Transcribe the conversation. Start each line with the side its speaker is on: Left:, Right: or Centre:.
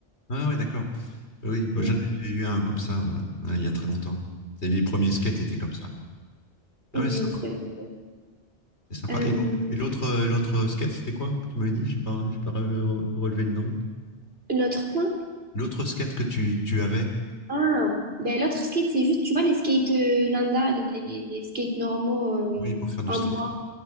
Left: Ah oui, d'accord. Oui,
Right: <laughs>
Left: moi,
Right: Mm.
Left: j'en ai eu un comme ça euh, il y a très longtemps. C'est Les premiers skates étaient comme ça. Ah
Right: Oui,
Left: oui, c'est sympa.
Right: c'est vrai.
Left: C'est sympa.
Right: Euh,
Left: Et et l'autre, euh, l'autre skate, c'était quoi? que Tu m'avais dit, j'ai pas, j'ai pas re- relevé le nom.
Right: l'autre point?
Left: L'autre skate que tu, tu avais,
Right: Ah, ben l'autre skate, c'est juste, tu vois, les skates euh, Linda, les, les skates normaux euh,
Left: oui, pour faire du
Right: en
Left: street.
Right: bois.